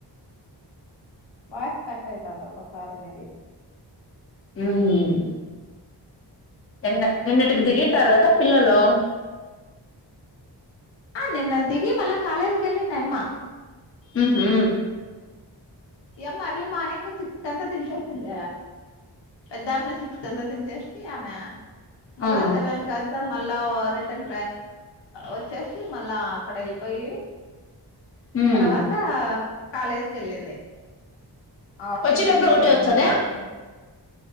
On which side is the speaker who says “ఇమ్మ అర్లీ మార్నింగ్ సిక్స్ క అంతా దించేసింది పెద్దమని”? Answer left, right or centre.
Left